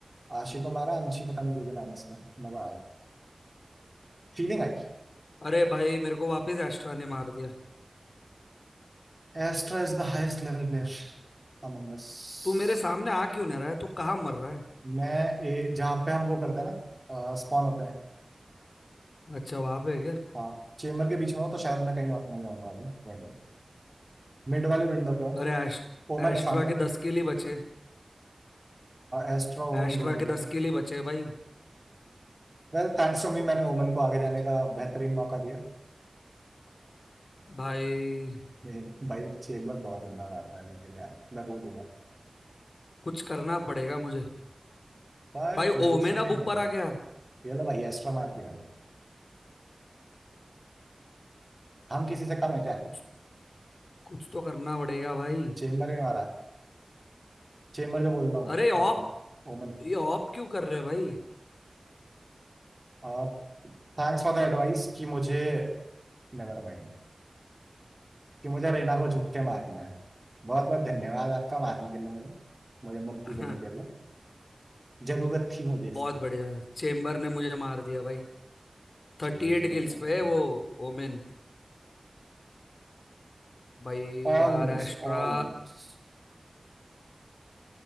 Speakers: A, on the right (about 25°); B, on the left (about 80°).
A: आशी को मारा अंशी पता नहीं जो भी नाम है इसका मजा आया फीलिंग आई
B: अरे भाई मेरे को वापस एस्ट्रा ने मार दिया
A: Astra is the highest level player among us
B: तू मेरे सामने आ क्यों नहीं रहा है तू कहाँ मर रहा है
A: मैं ए, जहाँ पे हम वो करते हैं ना स्पॉन होते हैं
B: अच्छा वहां पे है क्या
A: हाँ चेम्बर के बीच में हो तो शायद मैं कहीं और नहीं आऊंगा अभी, वहीं मिड वाले विंडो पे हूँ
B: अरे एस्ट,
A: ओमन
B: एस्ट्रा
A: है सामने
B: के दस किल ही बचे
A: एस्ट्रा ओमन
B: एस्ट्रा
A: दोनों हो
B: के
A: गया
B: दस किल ही बचे भाई
A: वेल थैंक्स टू मी मैंने ओमन को आगे जाने का बेहतरीन मौका दिया
B: भाई
A: ये भाई चेम्बर बहुत लंबा मार रहा है लेकिन यार मैं रो दूंगा
B: कुछ करना पड़ेगा मुझे
A: फाइव
B: भाई
A: किल्स
B: ओमेन
A: रिमेनिंग
B: अब ऊपर आ गया
A: ये लो भाई एस्ट्रा मार दिया हम किसी से कम है क्या
B: कुछ कुछ तो करना पड़ेगा भाई
A: चेम्बर में मारा है चेम्बर जो बोल रहा
B: अरे ऑप
A: हूँ ओमन
B: ये ऑप क्यों कर रहे हो भाई <laughs>
A: और थैंक्स फॉर द एडवाइस कि मुझे नेवर माइंड कि मुझे रेना को झुक के मारना है बहुत बहुत धन्यवाद आपका मारने के लिए मुझे मुझे मुक्ति
B: हाँ,
A: देने के लिए जरूरत थी मुझे
B: बहुत
A: इसकी
B: बढ़िया चेम्बर ने मुझे मार दिया भाई
A: चेम्बर
B: थर्टी एट किल्स
A: तो भाई
B: पे है वो ओमेन भाई
A: ऑलमोस्ट
B: यार एस्ट्रा
A: ऑलमोस्ट